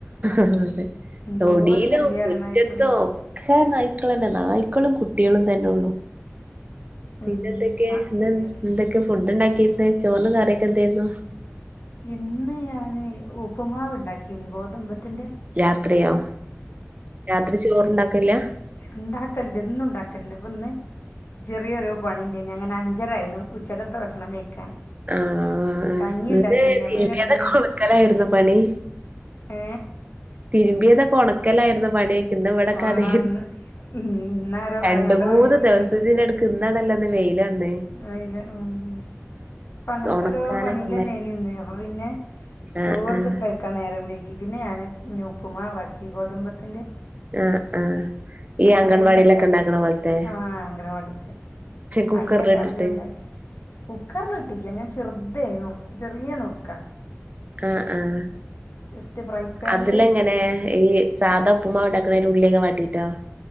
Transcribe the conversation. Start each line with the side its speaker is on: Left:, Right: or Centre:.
Right: ആഹ..
Left: എന്തോരു
Right: തൊടിയിലോ
Left: ശല്യാറിയോ
Right: മുറ്റതോ!
Left: നായ്ക്കള്
Right: ഒക്കെ.. നായ്ക്കളാ.. തന്നെ നായ്ക്കളും കുട്ടികളും തന്നെ ഉള്ളു
Left: ഉം
Right: പിന്നെ എന്തൊക്കെ?
Left: അതൊക്കെ
Right: എന്താ
Left: ശരിയന്നെ
Right: എന്തൊക്കെ ഫുഡ് ഉണ്ടാക്കിയിരുന്ന ചോറിനു കറിയൊക്കെ എന്തായിരുന്നു?
Left: ഇന്ന് ഞാൻ ഉപ്പ്മാവ് ഉണ്ടാക്കിയനി ഗോതമ്പത്തി്ന്റെ!
Right: രാത്രിയാോ? രാത്രി ചോറ്ണ്ടാക്കില്ല?
Left: ഉണ്ടാക്കലണ്ട് എന്നും ഉണ്ടാക്കലണ്ട് അപ്പൊ ഇന്ന്.. ചെറിയൊരു പണിൻ്റെ ഉണ്ടയിനു അങ്ങനെ അഞ്ചരായിന് ഉച്ചകത്തെ ഭക്ഷണം കഴിക്കാൻ!
Right: ആഹ.
Left: കഞ്ഞി
Right: എന്തെ
Left: ഉണ്ടാക്കീന് അപ്പം
Right: തിരുമിയത്
Left: പിന്നെ കഞ്ഞി
Right: കൊണക്കലായിരുന്നോ പണി?
Left: ഏ
Right: തിരുമ്പിയത് ക്കെ ഒണക്ക ലായിരുന്നോ പണി. ഇന്ന് ഇവിടെയൊക്കെ
Left: ആഹ്
Right: അതായിരുന്നു.
Left: ഇന്ന് ഇന്നാരോ
Right: രണ്ട്‌
Left: അങ്ങനത്തെ
Right: മൂന്ന്
Left: പണിന്നെനി
Right: ദിവസത്തിനിട ക്ക് ഇന്നാണല്ലന്ന് വെയില വന്നേ ക്ക്.
Left: അയില് ഉം. അപ്പ അങ്ങനത്തെരോ
Right: ഒണക്കാനൊക്കെ
Left: പണിനില്ലേല്
Right: ഉണ്ടായി
Left: ഇന്ന്. അപ്പൊ പിന്നെ.
Right: ആഹ്
Left: ചോറത്
Right: ആഹ്
Left: കഴിക്ക ക്കാ നേരം വൈകി. പിന്നെ ഞാൻ ഉപ്പ് മാവാക്കി ഗോതമ്പത്തിന്റെ.
Right: ആഹ ആഹ. ഈ അംഗൻവാടിയിലക്കെ
Left: അയിലക്കറി
Right: ഉണ്ടാക്കണ പോലത്തെ.
Left: ആഹ് അംഗനവാടിത്തെ
Right: കുക്കറിൽ
Left: അയില കറിയും
Right: ഇട്ടിട്ട്.
Left: കുക്കറിലിട്ടില്ല. ഞാൻ ചെറുതെ നു ചെറിയ നുറുക്ക.
Right: ആഹ ആഹ
Left: ജസ്റ്റ് ഫ്രൈ പാനില്
Right: അതിലെങ്ങനെ ഈ സാധാ ഉപ്പുമാവ് ഉണ്ടാക്കണ പോലെ ഉള്ളി ഒക്കെ വാട്ടിട്ടോ?